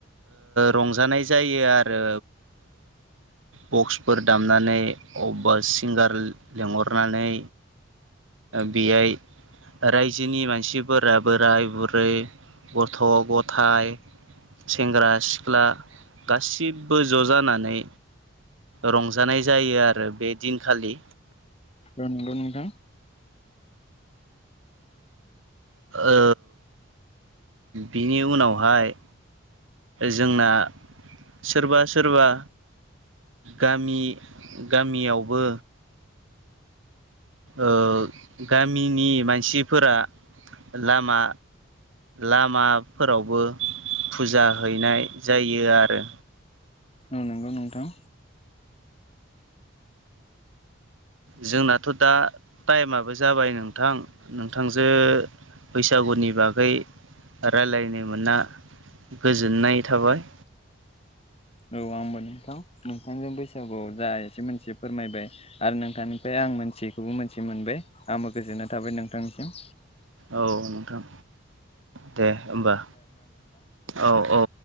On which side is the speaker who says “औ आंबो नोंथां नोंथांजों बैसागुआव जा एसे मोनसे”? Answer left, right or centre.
Left